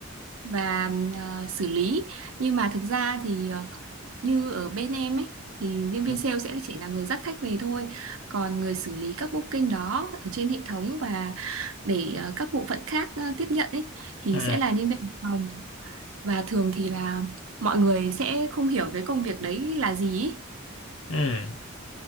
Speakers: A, on the right (about 75°); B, on the left (about 70°).
A: và ờ, xử lý nhưng mà thực ra thì ờ, như ở bên em ấy thì nhân
B: ừ,
A: viên sale sẽ chỉ là người dắt khách về thôi còn người xử lý các booking đó ở trên hệ thống và để ờ, các bộ phận khác ờ, tiếp nhận ấy thì
B: ừ,
A: sẽ là nhân viên văn phòng và thường thì là mọi người sẽ không hiểu cái công việc đấy là gì ý.
B: ừ.